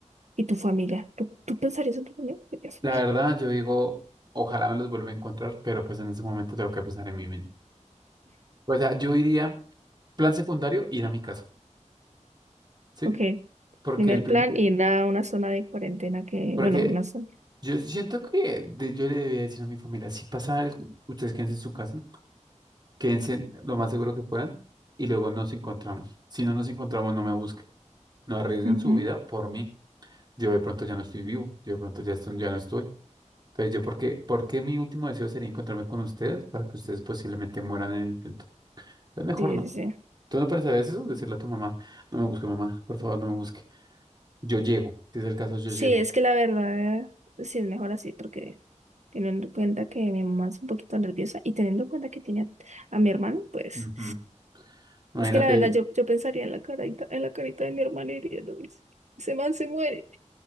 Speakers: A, on the right (about 65°); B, on the right (about 35°).
A: y tu familia. ¿Tú, tú pensarías en tu familia? ¿Qué harías?
B: La verdad, yo digo, ojalá me los vuelva a encontrar, pero pues en ese momento tengo que pensar en mí mismo. O sea, yo iría, plan secundario, ir a mi casa, ¿sí?
A: Ok,
B: Porque
A: primer
B: el prim-
A: plan, ir a una zona de cuarentena que,
B: porque
A: bueno, una zona.
B: yo siento que de- yo le debía decir a mi familia, si pasa algo, ustedes quédense en su casa, quédense lo más seguro que puedan y luego nos encontramos. Si no nos encontramos, no me busquen, no arriesguen
A: Ujú.
B: su vida por mí. yo de pronto ya no estoy vivo, yo de pronto ya, estoy- ya no estoy. Entonces, yo, ¿por qué, por qué mi último deseo sería encontrarme con ustedes para que ustedes posiblemente mueran en el intento? Entonces, mejor
A: Sí,
B: no.
A: sí, sí.
B: ¿Tú no pensarías eso? Decirle a tu mamá, no me busque, mamá, por favor, no me busque. Yo llego, si es el caso, yo
A: Sí,
B: llego.
A: es que la verdad, sí es mejor así, porque teniendo en cuenta que mi mamá es un poquito nerviosa y teniendo en cuenta que tiene a, a mi hermano, pues...
B: Ujú. Imagínate.
A: Es que la verdad yo, yo pensaría en la carita, en la carita de mi hermana y diría, "No, ese man se muere.